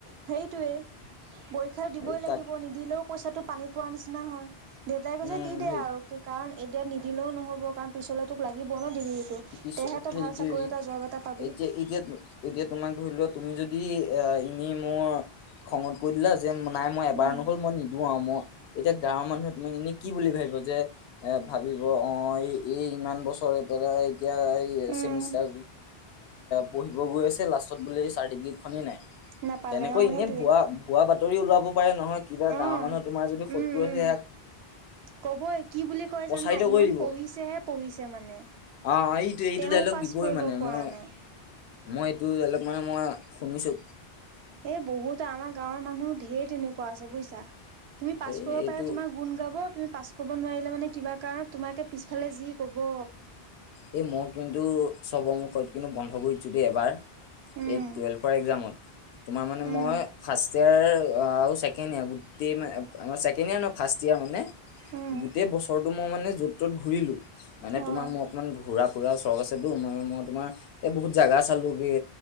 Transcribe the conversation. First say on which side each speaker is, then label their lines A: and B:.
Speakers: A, on the right; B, on the left.
A: সেইটোৱে পৰীক্ষা দিবই
B: এই
A: লাগিব
B: তাত
A: নিদিলেও পইচাটো পানীত পোৱাৰ নিচিনা হয় দেউতাই কৈছে
B: উম
A: দি দে
B: সেই
A: আৰু কাৰণ এতিয়া নিদিলেও নহব কাৰণ পিছলে তোক লাগিব ন টো
B: পিছ
A: তেহেতো
B: সেইটোৱে
A: ভাল চাকৰি এটা জব এটা পাবি
B: এতিয়া এতিয়া এতিয়া তোমাক ধৰি লোৱা তুমি যদি এ এনে মোৰ খঙত কৈ দিলা যে নাই মই এবাৰ
A: উম
B: নহ'ল মই নিদিওঁ আৰু মই এতিয়া গাঁৱৰ মানুহে তোমাক এনেই কি বুলি ভাবি যে এ ভাবিব অ এই ইমান বছৰে পৰােলাই এতিয়া এই
A: উম,
B: চেমষ্টাৰ পঢ়িব গৈ আছে লাষ্টত বোলে চাৰ্টিফিকেট খনেই নাই
A: নাপালে
B: তেনেকৈ
A: অ
B: এনেই
A: সেইটোৱে
B: ভুৱা ভুৱা বাতৰি ওলাব পাৰে নহয় কিবা
A: অ
B: গাঁৱৰ মানুহৰ তোমাৰ যদি শত্ৰু
A: উম
B: হৈছে
A: উম কবই কি বুলি কয়
B: প্ৰচাৰিত
A: জানা ইমান
B: কৰি দিব
A: পঢ়িছেহে পঢ়িছে মানে
B: অ এইটোে এইটো
A: তেওঁ
B: ডাইলগ
A: পাছ
B: দিবই
A: কৰিব
B: মানে
A: পৰা
B: মই
A: নাই।
B: মই এইটো ডাইলগ মানে মই শুনিছোঁ
A: এই বহুত আমাৰ গাঁৱৰ মানুহ ধঢেৰ তেনেকুৱা আছে বুজিছা তুমি পাছ
B: এই
A: কৰিব
B: এইটো
A: পাৰা তোমাৰ গুণ গাব তুমি পাছ কৰিব নোৱাৰিলে মানে কিবা কাৰণ তোমাকে পিছফালে যি ক'ব
B: এই মই কিন্তু চবৰ মুখত কিন্তু বন্ধ কৰি দিছো দেই এবাৰ
A: উম,
B: এই টুৱেল্ভৰ এক্জামত তোমাৰ মানে
A: উম,
B: মই ফাৰ্ষ্ট ফাৰ্ষ ইয় ছেকেণ্ড ইয়াৰ গোটেই আমাৰ ছেকেণ্ড ইয়াৰ ন ফাৰ্ষট ইয়াৰ মানে
A: উম,
B: গোটেই বছৰটো মই মানে য'ত ত'ত ঘূৰিলো মানে
A: অ',
B: তোমাৰ মোক ঘুৰা ফুৰা চৰখ আছেতো মানে মই তোমাৰ এই বহুত জেগা চালোঁগৈ